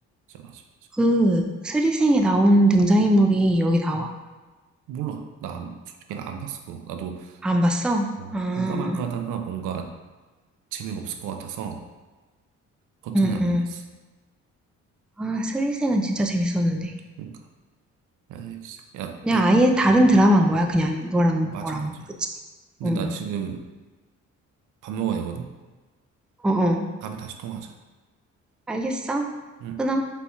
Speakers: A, on the right; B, in the centre.
A: 맞아, 맞아, 맞아.
B: 그 스리생에 나온 등장인물이 여기 나와?
A: 음, 몰라. 나 안- 솔직히 안 봤어, 그거. 나도
B: 안 봤어?
A: 뭐
B: 아,
A: 볼까 말까 하다가 뭔가 재미가 없을 것 같아서, 버튼을
B: 응응.
A: 안 눌렀어.
B: 아, 슬리생은 진짜 재밌었는데.
A: 그러니까. 아 진짜. 야,
B: 그냥
A: 근데,
B: 아예 다른 드라마인 거야. 그냥 이거랑
A: 맞아,
B: 그거랑.
A: 맞아.
B: 그치?
A: 근데
B: 응응.
A: 나 지금 밥 먹어야 되거든?
B: 어어.
A: 다음에 다시 통화하자.
B: 알겠어?
A: 응.
B: 끊어.